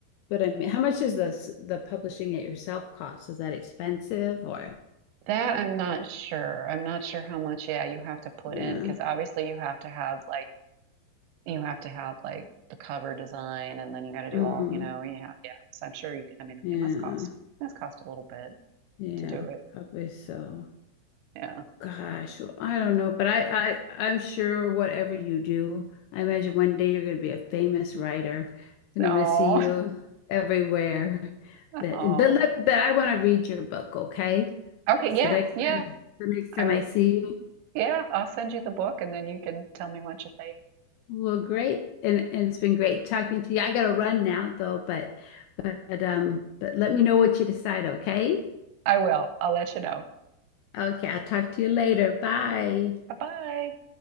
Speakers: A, on the left; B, on the right.
A: but I mean, how much is the s- the publishing it yourself cost? Is that expensive or?
B: That I'm not sure. I'm not sure how much, yeah, you have to put
A: Yeah.
B: in because obviously you have to have like you have to have like the cover design and then you got to do
A: Mm-hmm.
B: all, you know, yeah, yeah. So I'm sure you, I mean,
A: Yeah.
B: it must cost, it must cost a little bit
A: Yeah,
B: to do it.
A: probably so.
B: Yeah.
A: Gosh, well, I don't know, but I, I, I'm sure whatever you do, I imagine one day you're going to be a famous writer, and
B: Oh,
A: I'm going to see you everywhere.
B: <laughs>
A: But,
B: oh.
A: but let, but I want to read your book, okay?
B: Okay,
A: So
B: yeah,
A: next
B: yeah.
A: time, the next
B: I
A: time
B: will,
A: I see you,
B: yeah, I'll send you the book and then you can tell me what you think.
A: well, great, and and it's been great talking to you. I got to run now though, but, but, but um, but let me know what you decide, okay?
B: I will. I'll let you know.
A: Okay, I'll talk to you later. Bye.
B: Bye-bye.